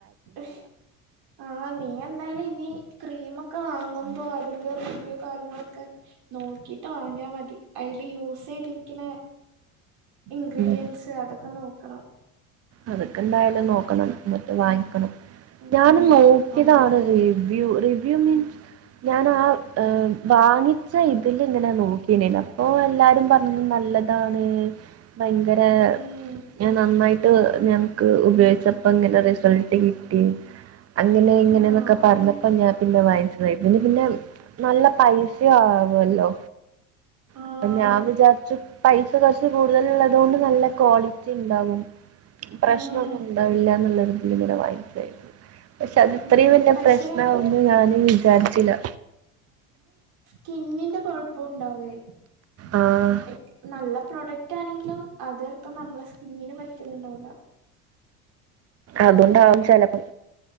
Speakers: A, on the right; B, on the right.
A: ശ് ആ നീ എന്തായാലും ഇനി ക്രീമൊ ഒക്കെ വാങ്ങുമ്പോ അതിന്റെ റിവ്യൂ കാര്യങ്ങളൊക്കെ നോക്കിട്ട് വാങ്ങിയാ മതി അയിൽ യൂസ് ചെയ്തിരിക്ക്ണെ ഇൻഗ്രീഡിയൻസ്
B: ഉം.
A: അതൊക്കെ നോക്കണം
B: അതൊക്കെ എന്തായാലും നോക്കണം ഇന്നട്ട് വാങ്ങിക്കണം
A: ഉം
B: ഞാനും നോക്കിയതാണ്
A: നമ്മള്
B: രീ റിവ്യൂ റിവ്യൂ മീൻസ് ഞാൻ ആ ഏ വാങ്ങി ച്ചാ ഇതില് ഇങ്ങനെ നോക്കെയ്നെലോ അപ്പ എല്ലാരും പറഞ്ഞ് നല്ലതാണ് ഭയങ്കര
A: ഉം
B: ഞാൻ നന്നായി ഞാൻ ക്ക് ഉപയോഗിച്ചപ്പോ ഇങ്ങനെ റിസൾട്ട് കിട്ടി അങ്ങനെ ഇങ്ങനെന്നൊക്കെ
A: ആഹ്
B: പറഞ്ഞപ്പോ ഞാൻ പിന്നെ വാങ്ങിച്ചതായി ഇതിന് പിന്നെ നല്ല പൈസയുവാ അവർക്ക് പോവല്ലോ
A: ആഹ്
B: അപ്പ ഞാൻ വിചാരിച്ചു പൈസ കൊർച്ച് കൂടുതലുള്ളതോണ്ട് നല്ല ക്വാളിറ്റി ണ്ടാവും പ്രശ്നൊന്നും
A: ഉം
B: ണ്ടാവില്ല ന്നുള്ളരൊതിലിങ്ങനെ വായിക്കായിരുന്നു പക്ഷെ അത് ഇത്രമ്
A: ഉം
B: വല്ല്യ
A: പക്ഷെ
B: പ്രശ്നാവുന്ന് ഞാനും വിചാര്ച്ല
A: കിന്നിന്റെ കൊഴപ്പുണ്ടാവേ <unintelligible>
B: ആഹ്
A: നല്ലേ പ്രൊഡക്റ്റ് ആണെങ്കിലും അതെൽപ്പം നമ്മളെ സ്കിന്നിന് പറ്റല്ണ്ടാവുല
B: അതുകൊണ്ടാവും ചെലപ്പം